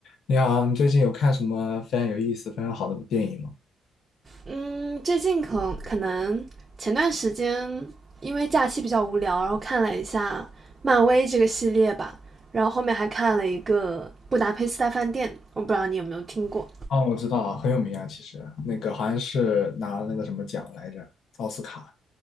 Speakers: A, on the left; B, on the right.
A: 你好，你最近有看什么非常有意思、非常好的电影吗？
B: 嗯，最近可可能前段时间因为假期比较无聊，然后看了一下漫威这个系列吧，然后后面还看了一个《布达佩斯大饭店》，我不知道你有没有听过。
A: 哦，我知道，很有名啊，其实那个好像是拿了那个什么奖来着，奥斯卡